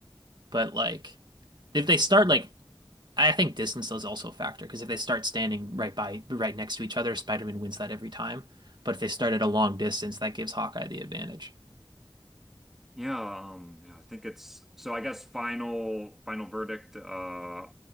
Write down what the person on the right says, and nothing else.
but like if they start like I think distance is also a factor because if they start standing right by right next to each other, Spider-Man wins that every time. But if they start at a long distance, that gives Hawkeye the advantage.